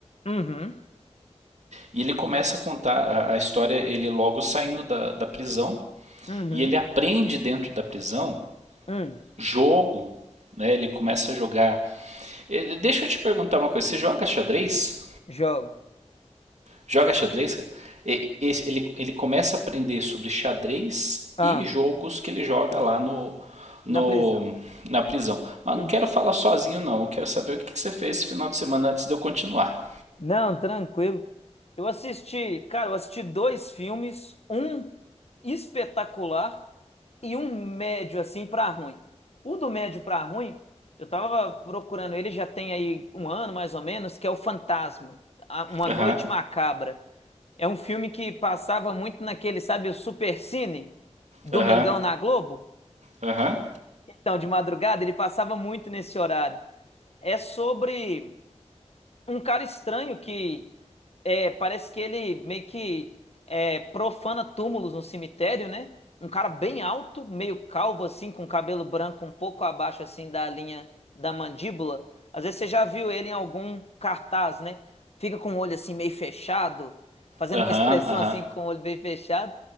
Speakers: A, on the left (about 60°); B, on the right (about 75°).
A: Uhum.
B: E ele começa a contar a, a história, ele logo saindo da, da prisão
A: Uhum.
B: e ele aprende dentro da prisão
A: Hum.
B: jogo, né? Ele começa a jogar. Eh, Deixa eu te perguntar uma coisa: você joga xadrez?
A: Jogo.
B: Joga xadrez, cara? E- esse- Ele, ele começa a aprender sobre xadrez
A: Ah.
B: e jogos que ele joga lá no, no-
A: na prisão.
B: na prisão. Mas
A: Uhum.
B: não quero falar sozinho, não. Eu quero saber o que que você fez esse final de semana antes de eu continuar.
A: Não, tranquilo. Eu assisti, cara, eu assisti dois filmes, um espetacular e um médio assim pra ruim. O do médio pra ruim, eu tava procurando ele já tem aí um ano mais ou menos, que é o Fantasma, A- Uma
B: Aham,
A: Noite Macabra. É um filme que passava muito naquele, sabe, o Supercine, Domingão
B: aham,
A: na Globo.
B: aham,
A: Então, de madrugada, ele passava muito nesse horário. É sobre um cara estranho que é, parece que ele meio que é, profana túmulos no cemitério, né? Um cara bem alto, meio calvo assim, com cabelo branco um pouco abaixo assim da linha da mandíbula. Às vezes você já viu ele em algum cartaz, né? Fica com o olho assim meio fechado, fazendo
B: aham,
A: uma <laughs> expressão
B: aham.
A: assim com o olho bem fechado.